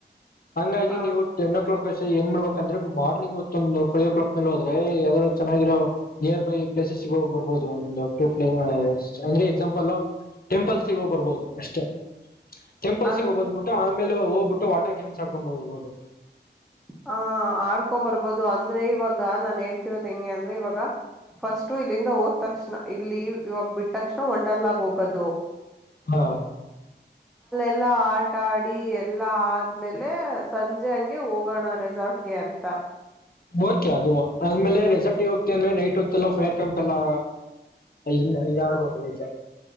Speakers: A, on the left; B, in the centre.
A: ಹಂಗಾಗಿ
B: ಹ
A: ನೀವು ಟೆನ್ ಓ ಕ್ಲಾಕ್ ಏನ್ ಮಾಡ್ಬೇಕಂದ್ರೆ ಮಾರ್ನಿಂಗ್ ಒತ್ತೊಂದು ೈವ್ ಓ ಕ್ಲಾಕ್ೇ ಹೋದ್ರ ಯಾವದಾರರು ಚೆನ್ನಾಗಿರೋ ನಿಯರ್ ಬೈ ಪ್ಲೇಸ್ ಬರಬಹುದು ಒಂದು ಟೂರ್ ಅಂದ್ರ ಎಕ್ಸಾಂಪಲ್ ಟೆಂಪಲ್ ಸಿಗ ಬರ್ಬಹುದು ಅಷ್ಟೇ ಟೆಂಪಲ್ಸ್ಗ
B: ಅನ್
A: ಬಂದ್ಬಿಟ ಮೇಲೆ ಹೋಗ್ಬಿಟ್ಟು ವಾಟರ್ ಗೇಮ್ಸ್ ಹಾಕೊಂಡ ಹೋಗರ್ಬೋುದು
B: ಹ ಆಡ್ಕೊ್ ಬರ್ಬೋದು ಅಂದ್ರೆ ಇವಾಗ ನಾನ್ ಹೇಳ್ತಿರೋದು ಹೆಂಗೆ ಅಂದ್ರೆ ಇವಾಗ ಫಸ್ಟು ಇಲ್ಲಿಂದ ಓದ್ ತಕ್ಷಣ ಇಲ್ಲಿ ಇವಾಗ ಬಿಟ್ಟ ತಕ್ಷಣ ಒಂಡಲ್ಾಗ ಹೋಗೋದು
A: ಹಾ
B: ಎಲ್ಲ ಆಟ ಆಡಿ ಎಲ್ಲಾ ಆದ್ಮೇಲೆ ಸಂಜೆ ಹಂ ಹೋಗ ಹೋಗೋಣ ರೆಸಾರ್ಟ್ಗೆ ಅಂತ
A: ಓಕೆ ಅದು ಅ್ಮೇಲೆ ರೆಸಲ್ಟ್ಗೆ ಹೋಗ್ತ ಅಂದ್ರೆ ನೈಟ್ ಹೊತ್ತಲ್ಲ ಫೈರ್ ಕೆಂಪ್ ಎಲ್ಲಾ ಇ ಇದುಡುಬತಚ